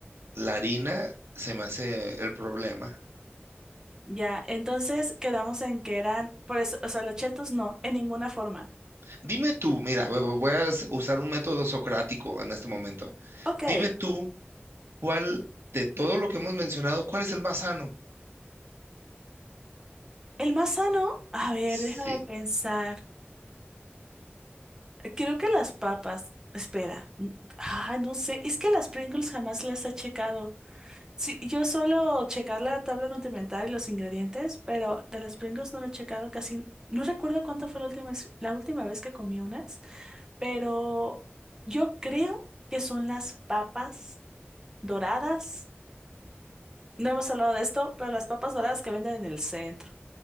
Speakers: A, on the right (about 80°); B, on the right (about 15°).
A: la harina se me hace el problema.
B: Ya, entonces quedamos en que eran... Por eso, o sea, los chetos no, en ninguna forma.
A: Dime tú, mira, voy voy a s- usar un método socrático en este momento.
B: Ok.
A: Dime tú, ¿cuál de todo lo que hemos mencionado, cuál es el más sano?
B: El más sano, a ver,
A: Sí.
B: déjame pensar. Creo que las papas, espera, n- ah, no sé, es que las Pringles jamás las he checado. Sí, yo suelo checar la tabla nutrimental y los ingredientes, pero de las Pringles no lo he checado casi. No recuerdo cuánto fue la última, vez- la última vez que comí unas, pero yo creo que son las papas doradas. No hemos hablado de esto, pero las papas doradas que venden en el centro.